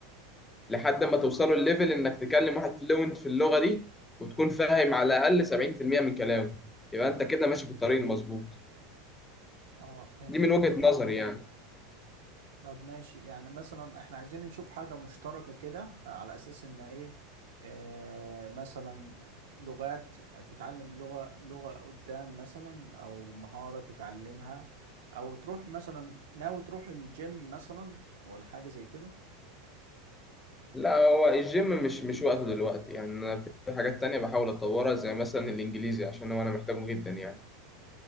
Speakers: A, on the left; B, on the right.
A: لحد ما توصلوا الليفل انك تكلم واحد فلوينت في اللغه دي وتكون فاهم على الاقل 70% من كلامه يبقى انت كده ماشي في الطريق المظبوط
B: اه فهمتك
A: دي من وجهة
B: فهمت
A: نظري يعني
B: طب ماشي يعني مثلا احنا عايزين نشوف حاجة مشتركة كده على أساس إن إيه آه مثلا لغات تتعلم لغة لغة قدام مثلا أو مهارة تتعلمها أو تروح مثلا ناوي تروح الجيم مثلا ولا حاجة زي كده
A: لا هو الجيم مش مش وقته دلوقتي يعني انا في حاجات تانية بحاول اطورها زي مثلا الانجليزي عشان هو انا محتاجه جدا يعني